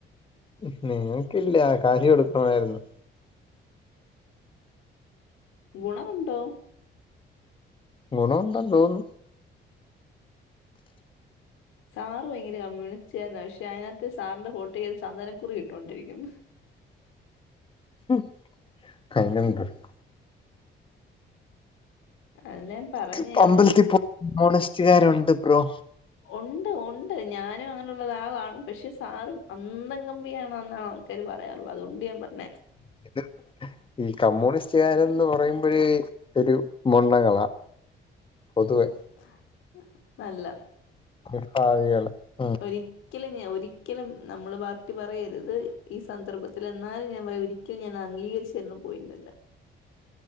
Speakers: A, on the left; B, on the left.
A: ൻ നിങ്ങൾക്കില്ലാ കാര്യം എടുക്കണമായിരുന്നു.
B: ഗുണമുണ്ടോ?
A: ഗുണമുണ്ടെന്ന് തോന്ന്ന്ന്
B: സാറ് ഭയ്ങ്കര കമ്മ്യൂണിസ്റ്റ്കാരനാ. പക്ഷെ അതിനാത്ത് സാറിന്റെ ഹാൾ ടിക്കറ്റിൽ ചന്ദനക്കുറിട്ടോണ്ടിരിക്ക്ന്ന്
A: <unintelligible>
B: <unintelligible>
A: ക്ക്പ്പൊ അമ്പലത്തിൽ
B: അവൻ
A: പോ <unintelligible> മ്മൂണിസ്റ്റുകാരുണ്ട് ബ്രോ
B: ഒണ്ട്, ഒണ്ട്. ഞാനും അങ്ങനൊള്ള ഒര ആളാണ്. പക്ഷെ സാറ് അന്തം കമ്മിയാണ്ന്ന് ക്കാര് പറയാറ് ള്ളെ അത്കൊണ്ട് ഞാൻ പറഞ്ഞെ
A: <unintelligible> ഈ കമ്മ്യൂണിസ്റ്റ്കാരൻന്ന് പറയുമ്പഴേ ഒരു മൊണ്ണകളാ പൊതുവെ
B: <unintelligible> അല്ല
A: <unintelligible>
B: ഒരി ക്കലും ഞാൻ ഒരിക്കലും നമ്മളെ പാർട്ടി പറയര്ത്. ഈ സന്ദർഭത്തിലെന്നാലും ഞാൻ പറയും ഒരി ക്കൽ ഞാൻ അംഗീകര്ച്ചെര്ന പോയിൻ്റല്ല